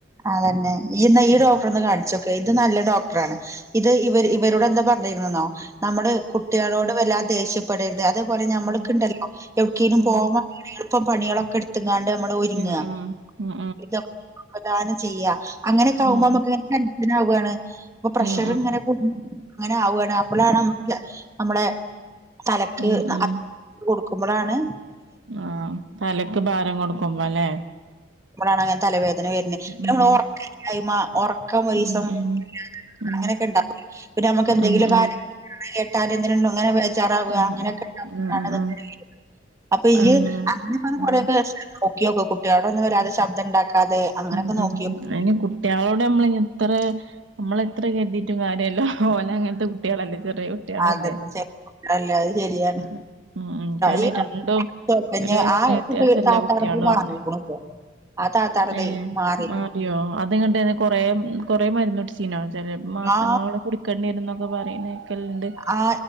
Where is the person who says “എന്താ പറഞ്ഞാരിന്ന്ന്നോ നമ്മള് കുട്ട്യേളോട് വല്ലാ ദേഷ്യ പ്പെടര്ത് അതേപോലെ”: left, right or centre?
Right